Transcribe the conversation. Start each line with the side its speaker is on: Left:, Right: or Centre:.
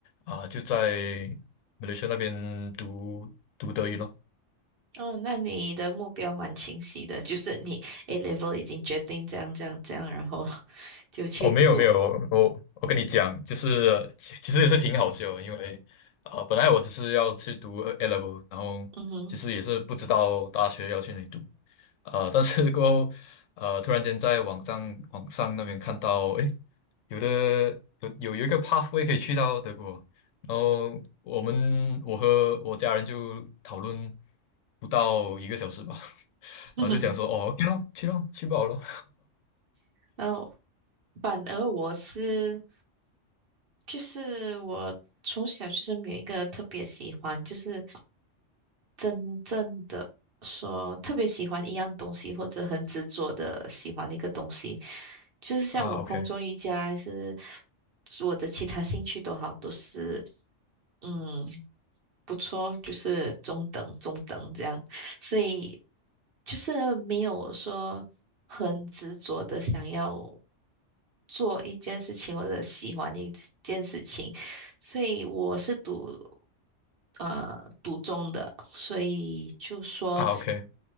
Left: 啊、就在马来西亚那边读读德语咯。
Right: 哦，那你的目标蛮清晰的，就是你 A level 已经决定这样这样这样，然后 <laughs> 就去读。
Left: 哦，没有没有，我我跟你讲，就是其其实也是挺好笑的因为啊、呃本来我只是要去读 A level，然后其实也是不知道大学要去哪里读
Right: 嗯哼，
Left: 啊、呃但是过后呃，突然间在网上网上那边看到，诶，有的有有有一个 pathway 可以去到德国，然后我们我和我家人就讨论不到一个小时吧，<laughs>
Right: <laughs>
Left: 然后就讲说，哦，OK 咯，去咯，去不好咯，
Right: 然后，反而我是，就是我从小就是没有一个特别喜欢，就是真正的说特别喜欢一样东西，或者很执着的喜欢一个东西，就是像我空中瑜伽还是
Left: 啊，OK，
Right: 我的其他兴趣都好，都是。嗯，不错，就是中等中等这样，所以就是没有说很执着的想要做一件事情或者喜欢一件事情，所以我是读呃读中的，所以就说。
Left: 啊，OK，